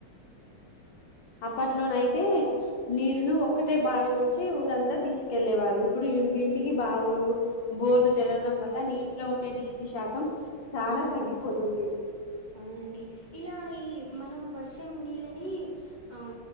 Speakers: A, on the left; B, on the right.
A: అప్పట్లోనైతే నీరును ఒక్కటే బావి నుంచి ఊరంతా తీసుకెలేవారు ఇప్పుడు ఇంటింటికి
B: హ్మ్.
A: బావులు బోర్లు
B: హ్మ్.
A: జరగడం వల్ల నీ లో ఉండే నీటి శాతం చాలా
B: ఉ
A: తగ్గిపోతుంది
B: అవునండి ఇలా ఈ మనం వర్షం నీళ్ళని ఆ